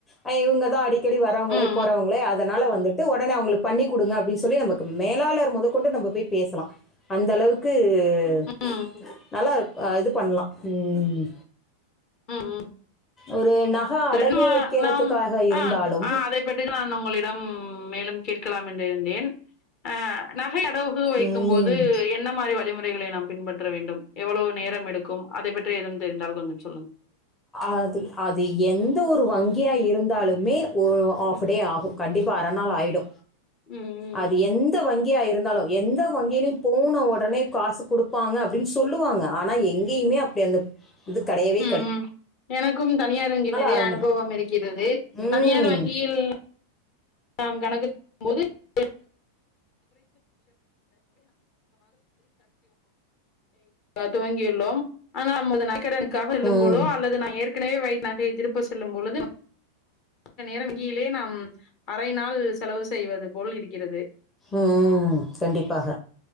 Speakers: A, on the left; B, on the left.
A: அ இவுங்க தா அடிக்கடி வரவுங்களே..
B: ம்,
A: போறவங்களே அதனால வந்துட்டு ஒடனே அவுங்களுக்கு பண்ணி கொடுங்க அப்டின்னு சொல்லி நம்மக்கு மேலாளர் மொதக்கொண்டு நம்ம பேய் பேசலாம் அந்த அளவுக்கு <unintelligible>
B: ம்,
A: நல்லா இரு அ இது பண்லாம் ம்
B: ம் ம்
A: ஒரு நகை அடகு
B: <inaudible>
A: வைக்கிறதுக்காக
B: நம்
A: இருந்தாலும்
B: ஆ ஆ அதைப் பற்றி நான் உங்களிடம் மேலும் கேட்கலாம் என் தெருந்தேன் ஆ நகை அடகு வைக்கும்
A: ம்
B: போது என்ன மாரி வ விதி முறைகளை நாம் பின்பற்ற வேண்டும் எவ்வளவு நேரம் எடுக்கும் அதைப் பற்றி எதுவும் தெரிந்தால் கொஞ்சம் சொ
A: அது அது எந்த ஒரு வங்கியா இருந்தாலுமே ஒ ஆஃப்
B: ம்
A: டே ஆகு கண்டிப்பா அரநாள் ஆயிடு
B: ம் ம்
A: அது எந்த வங் கியா இருந்தாலு எந்த வங்கியிலு போன ஒடனே காசு குடுப்பாங்க அப் அப்டினு சொல்லுவாங்க ஆனா எங் கியுமே அப்டி அந்த இது கெடயவே
B: ம் எனக்கு வந்து தனியார் வங்கி நெறைய
A: அறநிலை
B: அனுபவம் இருக்கிறது
A: ம்
B: தனியார் வங்கியில் நாம் கணக்கு <inaudible> போது <inaudible> <inaudible> <inaudible> துவங்கியுள்ளோம் ஆனா நமது நகைகடன் காக இல்லும்போலோ
A: ம்
B: அல்லது நா ஏற்கனவே வைத்த நகையை திருப்ப செல்லும் பொழுது <inaudible> நேரா வங்கிலே நாம் அரை நாள் செலவு செய்வது போல் இருக்கிறது
A: ம் கண்டிப்பாக